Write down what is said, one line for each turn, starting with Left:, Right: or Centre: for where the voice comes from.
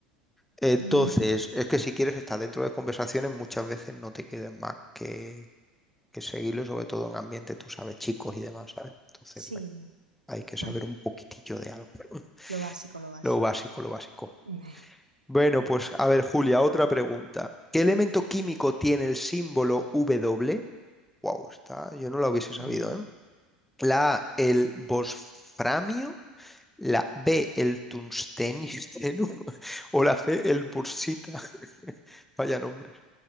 Centre: Entonces,
Right: Mm,
Centre: es que si quieres estar dentro de conversaciones, muchas veces no te quedan más que, que seguirlo, sobre todo en ambiente, tú sabes, chicos y demás, ¿sabes? Entonces,
Right: sí.
Centre: bueno, hay que saber
Right: Bueno,
Centre: un poquitillo de algo. <laughs>
Right: lo básico, lo básico.
Centre: Lo básico, lo básico.
Right: <laughs>
Centre: Bueno, pues a ver, Julia, otra pregunta. ¿Qué elemento
Right: Mm,
Centre: químico
Right: Venga.
Centre: tiene el símbolo W? Wow, está, yo no lo hubiese sabido,
Right: Mm,
Centre: ¿eh? La A, el bosframio, la B, el tungstenio, <laughs> o la C, el bursita. <laughs> Vaya nombres.